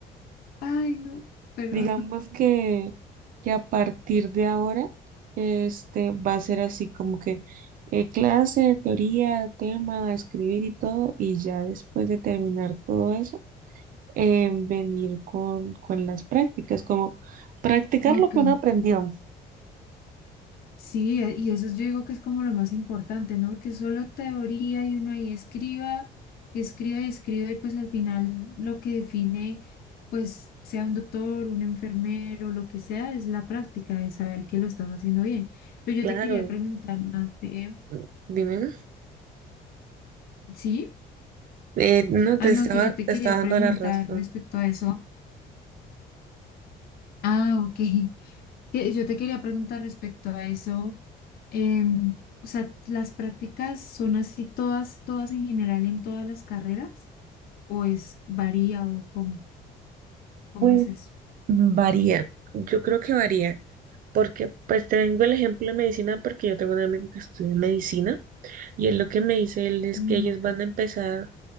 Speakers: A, on the left; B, on the right.
A: Ay, no, pero...
B: Digamos que, que a partir de ahora este, va a ser así como que eh, clase, teoría, tema, escribir y todo, y ya después de terminar todo eso, eh, venir con, con las prácticas, como practicar
A: <laughs>
B: lo que
A: Ok.
B: uno aprendió.
A: Sí, e- y eso yo digo que es como lo más importante, ¿no? Porque solo teoría y uno ahí escriba, escriba y escriba y pues al final lo que define, pues sea un doctor, un enfermero, lo que sea, es la práctica de saber que lo estás haciendo bien. Pero yo
B: Claro,
A: te quería preguntar, Mafe,
B: mm, dime.
A: ¿sí?
B: Eh, no, te
A: Ah,
B: estaba,
A: no, que yo te
B: te
A: quería
B: estaba dando
A: preguntar
B: la razón.
A: respecto a eso. Ah, ok. <laughs> Que yo te quería preguntar respecto a eso. Em, o sea, ¿las prácticas son así todas, todas en general en todas las carreras? ¿O es varía o cómo, cómo
B: Pues
A: es eso?
B: varía, yo creo que varía, porque pues te vengo el ejemplo de medicina porque yo tengo un amigo que estudia medicina Y es lo que me dice él, es
A: Mm,
B: que ellos
A: ok.
B: van a empezar